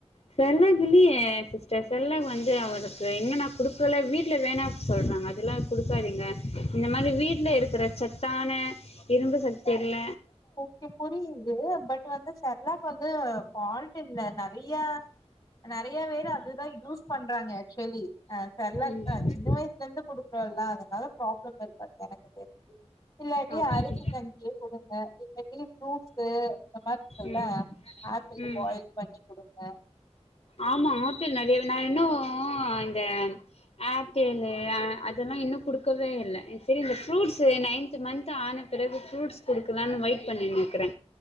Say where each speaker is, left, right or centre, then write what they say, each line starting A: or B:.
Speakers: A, on the left; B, on the left.
A: செர்லக் இல்லையே சிஸ்டர் செர்லக் வந்து அவளுக்கு இன்னு நா குடுக்கவேல வீட்ல வேணா சொல்றாங்க அதெல்லா குடுக்காதீங்க இந்த மாரி வீட்ல இருக்கிற ச த்தான இரும்புசத்துல
B: கு புரியுது பட் வந்து செர்லாக்கு வந்து ஃபால்ட் இல்ல நெறைய நெறையா பேரு அதுதா யூஸ் பண்றாங்க ஆக்சுவலி அ செர்லக்தா
A: ம் ம்
B: சின்ன வயசு லேந்து குடுக்குறோல்ல அதனால ப்ராப்ளம் இருக்காது எனக்கு தெரிஞ்சு இல்லாட்டி
A: அப்டி
B: அரிசி கஞ்சியே குடுங்க இல்லாட்டி ஃப்ரூட்ஸ் இந்த மாரிருக்குல்ல
A: ம்
B: ஆப்பிள்
A: ம்
B: பாயில் பண்ணி குடுங்க
A: ஆமா ஆப்பிள் நெறைய நா இன்னு இந்த ஆப்பிள் அ அதெல்லா இன்னு குடுக்கவே இல்ல சரி இந்த ஃப்ரூட்ஸ் நைன்த் மன்த் ஆன பெறகு ஃப்ரூட்ஸ் குடுக்கலான்னு வெயிட் பண்ணின்னு இருக்கறே